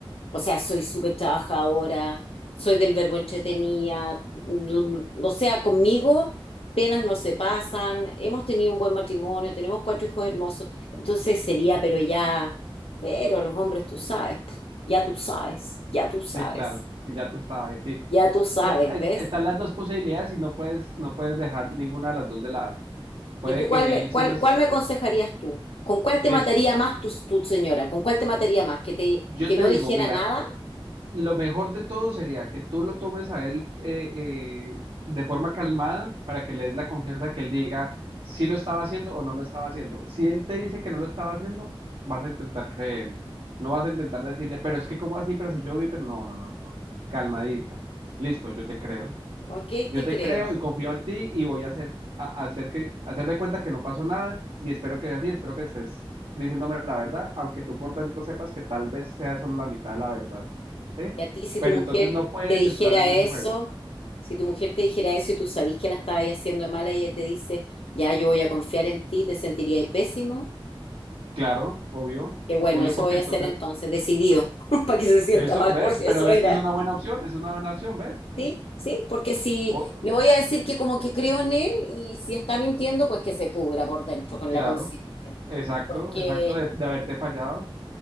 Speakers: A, on the left; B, on the right.
A: o sea, soy súper trabajadora, soy del verbo entretenida, l- o sea, conmigo penas no se pasan, hemos tenido un buen matrimonio, tenemos cuatro hijos hermosos, entonces sería, pero ya, pero los hombres tú sabes, po, ya tú sabes, ya tú sabes,
B: Sí, claro, y ya tú sabes, sí.
A: ya tú sabes,
B: Pues es-
A: ¿ves?
B: están las dos posibilidades y no puedes, no puedes dejar ninguna de las dos de lado. Puede
A: ¿Y tú
B: que
A: cuál me,
B: él
A: cuál,
B: sí lo es.
A: cuál me aconsejarías tú? ¿Con cuál te
B: Listo.
A: mataría más tu, tu señora? ¿Con cuál te mataría más? ¿Que te,
B: Yo
A: que
B: te
A: no
B: digo,
A: dijera
B: mira,
A: nada?
B: lo mejor de todo sería que tú lo tomes a él eh, eh, de forma calmada para que le des la confianza que él diga si lo estaba haciendo o no lo estaba haciendo. Si él te dice que no lo estaba haciendo, vas a intentar creer. No vas a intentar decirle, pero es que, ¿cómo así? Pero si yo vi, pero no, no, no, no. no". Calmadita. Listo, yo te creo.
A: Ok,
B: Yo
A: te
B: te
A: creo.
B: creo y confío en ti y voy a hacer, a- a hacer que, hacer de cuenta que no pasó nada y espero que sea así, espero que estés diciéndome la verdad, aunque tú por dentro sepas que tal vez sea solo la mitad de la verdad, ¿sí?
A: Y a ti, si
B: Pero
A: tu mujer
B: entonces no puedes
A: te dijera
B: entrar en
A: eso,
B: ese juego.
A: si tu mujer te dijera eso y tú sabís que la estabas haciendo de mala y ella te dice, ya yo voy a confiar en ti, te sentirías pésimo.
B: Claro, obvio,
A: Que bueno,
B: obvio
A: eso
B: porque
A: voy
B: entonces
A: a hacer entonces, decidido, <laughs> para que se sienta
B: eso,
A: mal
B: ¿ves?
A: por si
B: Pero
A: eso
B: ves
A: era.
B: que es una buena opción, es una buena opción, ¿ves?
A: Sí, sí, porque si
B: Po-
A: le voy a decir que como que creo en él y si está mintiendo, pues que se pudra por dentro con
B: claro,
A: la conciencia.
B: exacto,
A: Porque
B: exacto, de, de haberte fallado.